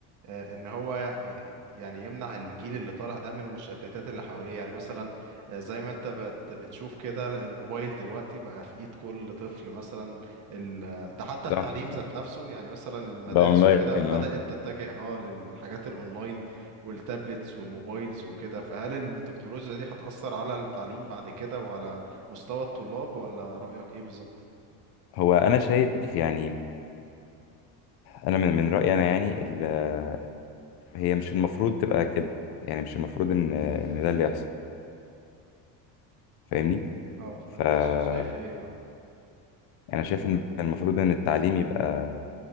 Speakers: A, on the right; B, on the left.
A: آه، ان هو ي- يعني يمنع الجيل اللي طالع ده من المشتتات اللي حواليه يعني مثلا آه، زي ما انت بت- بتشوف كده الموبايل دلوقتي بقى في ايد كل طفل مثلا ال- ده حتى
B: صح
A: التعليم ذات
B: صح
A: نفسه يعني مثلا المدارس
B: بقى اونلاين
A: وكده بدأت
B: اه
A: تتجه اه للحاجات الاونلاين والتابلتس والموبايلز وكده فهل التكنولوجيا دي هتأثر على التعليم بعد كده وعلى مستوى الطلاب ولا رأيك ايه بالظبط؟
B: هو انا شايف يعني انا من من رايي انا يعني ال- آه، هي مش المفروض تبقى كده يعني مش المفروض ان آه، ان ده اللي يحصل فاهمني
A: اه فانت
B: فانا
A: شايف ايه اه
B: شايف ان المفروض ان التعليم يبقى